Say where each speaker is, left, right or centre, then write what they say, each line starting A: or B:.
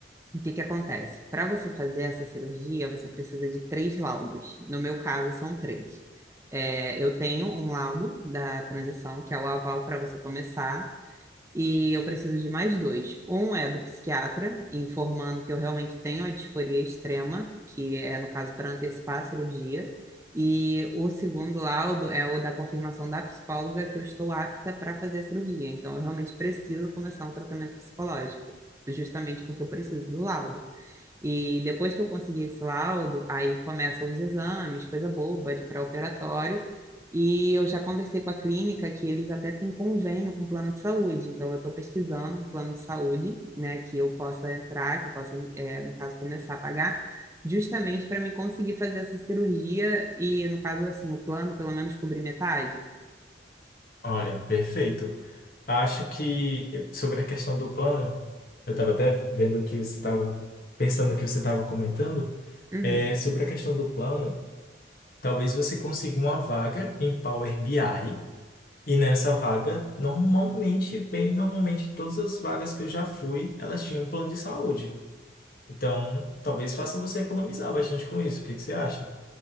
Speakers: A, on the right; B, on the left.
A: O que que acontece? Para você fazer essa cirurgia, você precisa de três laudos. No meu caso, são três. É, eu tenho um laudo da transição, que é o aval para você começar, e eu preciso de mais dois. Um é do psiquiatra, informando que eu realmente tenho a disforia extrema, que é, no caso, para antecipar a cirurgia. E o segundo laudo é o da confirmação da psicóloga que eu estou apta para fazer a cirurgia. Então, eu realmente preciso começar um tratamento psicológico, justamente porque eu preciso do laudo. E depois que eu consegui esse laudo, aí começam os exames, coisa boba, de pré-operatório. E eu já conversei com a clínica que eles até têm convênio com o plano de saúde. Então, eu estou pesquisando um plano de saúde, né, que eu possa entrar, que eu possa, eh, no caso, começar a pagar, justamente para me conseguir fazer essa cirurgia e, no caso, assim, o plano pelo menos cobrir metade.
B: Olha, perfeito. Acho que sobre a questão do plano, eu estava até vendo que você estava pensando que você estava comentando,
A: Uhum.
B: é, sobre a questão do plano, talvez você consiga uma vaga em Power BI E nessa vaga, normalmente, bem normalmente, todas as vagas que eu já fui, elas tinham um plano de saúde. Então, talvez faça você economizar bastante com isso. O que que você acha?